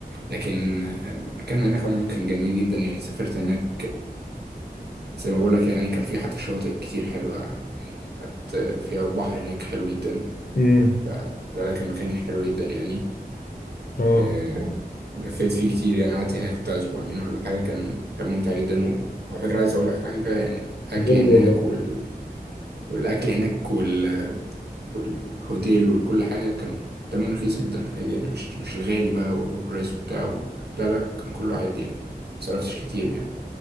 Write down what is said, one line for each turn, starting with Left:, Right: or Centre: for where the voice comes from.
Right: لكن آه، مكان هناك عموما كان جميل جدا يعني سافرت هناك زي ما بقول لك يعني كان في حتى شواطئ كتير حلوة يعني حتى فيها البحر هناك حلو جدا
Left: امم
Right: فلا لا كان مكان حلو جدا يعني
Left: اه
Right: آه، لفيت فيه كتير يعني قعدت هناك بتاع أسبوعين ولا حاجة كان كان ممتع جدا وعلى فكرة عايز أقول لك حاجة يعني الأكل
Left: جامد
Right: هناك
Left: والله
Right: وال... والأكل هناك وال... والهوتيل وكل حاجة كان تمن رخيص جدا عادي يعني مش مش الغالي بقى وأوفر برايس وبتاع لا لا كان كله عادي يعني مصرفتش كتير يعني